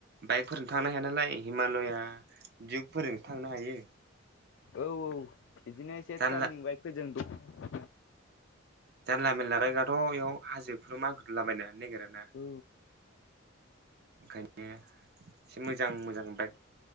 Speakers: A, on the right; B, on the left.
A: बाइकफोरजों थांनो हाया नालाय हिमालया दियुगफोरजों सो थांनो हायो।
B: औ औ बिदिनो एसे
A: जानला
B: टार्निं बाइकफोरजों दख'ना
A: जानला मेनला बाइकफ्राथ' बेयाव हाजोफोर मानखोलाबायनो नागिरा ना
B: औ
A: ओंखायनो। एसे मोजां मोजां बाइक